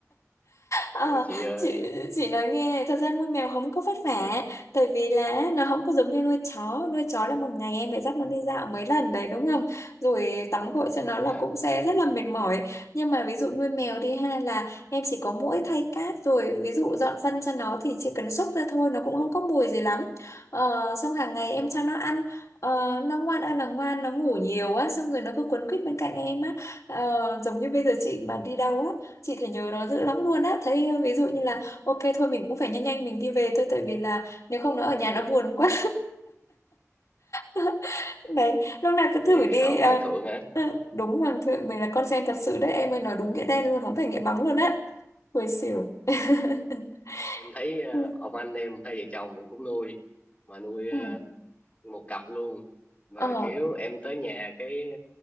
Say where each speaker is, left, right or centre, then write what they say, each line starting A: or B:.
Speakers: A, on the left; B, on the left.
A: Ờ,
B: thôi chị ơi
A: chị chị nói nghe này thật ra nuôi mèo không có vất vả tại vì là nó không có giống như nuôi chó nuôi chó là một ngày em phải dắt nó đi dạo mấy lần đấy đúng không rồi tắm gội cho nó là
B: à,
A: cũng sẽ rất là mệt mỏi nhưng mà ví dụ nuôi mèo đi ha là em chỉ có mỗi thay cát rồi ví dụ dọn phân cho nó thì chỉ cần xúc ra thôi nó cũng không có mùi gì lắm ờ, xong hàng ngày em cho nó ăn Ờ, nó ngoan ơi là ngoan nó ngủ nhiều á xong rồi nó cứ quấn quýt bên cạnh em á ờ, giống như bây giờ chị mà đi đâu á chị thấy nhớ nó dữ lắm luôn á thấy ờ, ví dụ như là ok thôi mình cũng phải nhanh nhanh mình đi về thôi tại vì là nếu không nó ở nhà nó
B: <laughs>
A: buồn quá <laughs> đấy lúc nào cứ
B: về
A: thử đi
B: hầu
A: à,
B: hoàng thượng hả
A: ờ, đúng hoàng thượng mình là con sen thật sự đấy em ơi nói đúng nghĩa đen luôn không phải nghĩa bóng luôn á hồi xỉu <laughs>
B: em thấy ờ,
A: ừ.
B: ông anh em hai vợ chồng cũng nuôi mà nuôi
A: Ừ.
B: ờ, một cặp luôn mà
A: ờ
B: kiểu em tới nhà cái